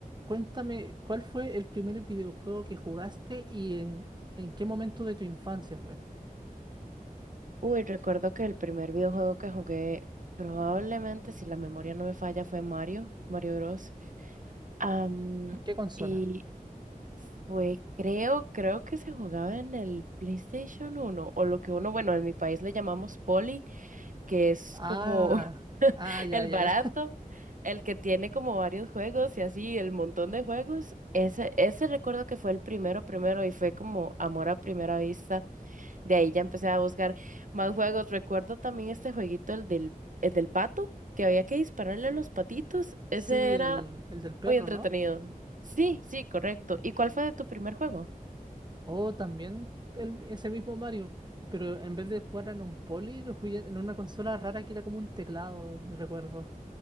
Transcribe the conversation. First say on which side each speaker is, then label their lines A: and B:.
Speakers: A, on the right; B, on the right.
A: Cuéntame, ¿cuál fue el primer videojuego que jugaste y en, en qué momento de tu infancia fue?
B: Uy, recuerdo que el primer videojuego que jugué, probablemente, si la memoria no me falla, fue Mario, Mario Bros. Am,
A: ¿En qué consola?
B: y fue, creo, creo que se jugaba en el PlayStation uno o lo que uno, bueno, en mi país le llamamos Poli, que es
A: Ah,
B: como
A: ah,
B: <laughs>
A: ya,
B: el
A: ya,
B: barato,
A: ya.
B: el que tiene como varios juegos y así, el montón de juegos. Ese, ese recuerdo que fue el primero, primero, y fue como amor a primera vista. De ahí ya empecé a buscar más juegos. Recuerdo también este jueguito, el del, el del pato, que había que dispararle a los patitos.
A: <laughs>
B: Ese
A: Sí, el,
B: era
A: el del perro,
B: muy entretenido.
A: ¿no?
B: Sí, sí, correcto. ¿Y cuál fue de tu primer juego?
A: O también el- ese mismo Mario, pero en vez de jugar en un poli, lo jugué en una consola rara que era como un teclado, recuerdo.